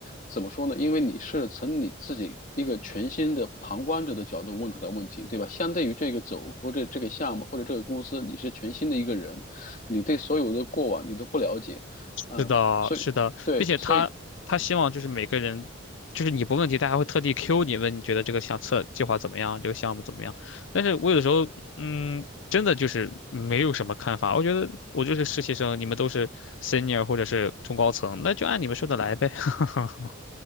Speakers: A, on the left; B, on the left.
A: 怎么说呢？因为你是从你自己一个全新的旁观者的角度问出来问题，对吧？相对于这个走或者这个项目或者这个公司，你是全新的一个人，你对所有的过往你都不了解，嗯，
B: 是的，
A: 所以。
B: 是的，
A: 对，
B: 并且他他希望就是每个人，
A: 所以
B: 就是你不问题，他还会特地 Q 你问你觉得这个相册计划怎么样，这个项目怎么样。但是我有的时候，嗯，真的就是没有什么看法。我觉得我就是实习生，你们都是 senior 或者是中高层，那就按你们说的来呗。<laughs>